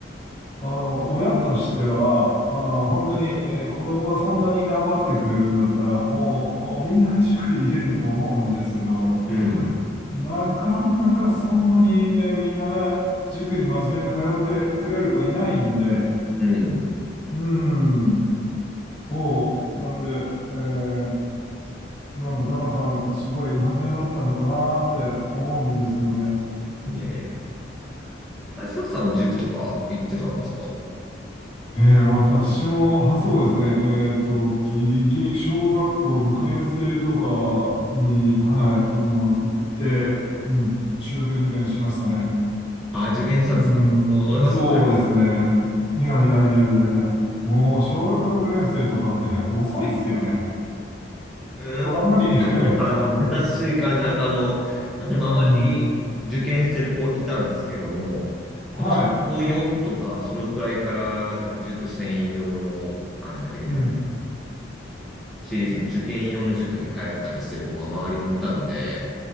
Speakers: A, on the left; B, in the centre.
A: あの、親としては、あー本当に、えー子供がそんなに頑張ってくれるんだったら、もうおみんな塾入れると思うんですけど、
B: うん。
A: なかなかそんなに、えーみんなね、塾に真面目に通ってくれる子いないんで、
B: うん。
A: うん、そう、なんで、えーなんかタカさん、すごい真面目だったのかなって思うんですよね。
B: いやいやいや。あれ、サクさんは塾とか行ってたんですか
A: えー、私も、あ、そうですね。えーっと、ギリギリ、小学校6年生とかに、はい、あの、行って、うん、中学受験しましたね。
B: あ、受験したんですかもうそれがすごい。
A: うん、そうですね。いやいやいやいやいや、もう小学6年生とかって遅いっすよね。
B: うーん、
A: かなり
B: そういうのかな。
A: <laughs> か、
B: 確かになんかあの、確かに周り受験してる子いたんですけども、
A: うん、はい、
B: やっぱ小4とかそのくらいから、やっぱ塾専用の、あ、なんだ、受験じゃない、
A: うん、
B: 私立の受験用の塾に通ったりしてる子が周りにいたので、